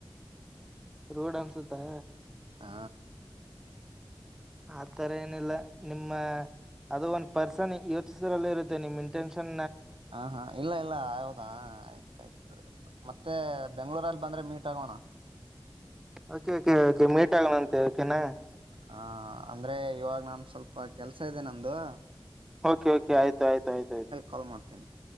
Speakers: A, in the centre; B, on the right.
A: ರೋಡ್ ಅನ್ಸುತ್ತಾ.
B: ಹಾ
A: ಆತರ ಏನಿಲ್ಲ ನಿಮ್ಮ ಅದು ಒನ್ ಪರ್ಸ್ ಯೋಚಿಸರಲ್ಲೇ ಇರುತ್ತೆ ನಿಮ್ಮಿಂಟೆನ್ಷನ್.
B: ಹ ಹಾ ಇಲ್ಲ ಇಲ್ಲ ಹೌದಾ ಆಯ್ತ ಆಯ್ತು ಮತ್ತೆ ಬೆಂಗಳೂರಲ್ಲಿ. ಬಂದ್ರೆ ಮೀಟ್ ಆಗೋಣ.
A: ಓಕೆ ಓಕೆ ಓಕೆ ಮೀಟ್ ಆಗಣಂತೆ ಓಕೆನಾ.
B: ಹಾ ಅಂದ್ರೆ ಇವಾಗ ನಾನ್ ಸ್ವಲ್ಪ ಕೆಲ್ಸ ಇದೆ ನಂದು
A: ಓಕೆ ಓಕೆ ಆಯ್ತು ಆಯ್ತು ಆಯ್ತು ಆಯ್ತು
B: ಕಾಲ್ ಮಾಡ್ತೀನಿ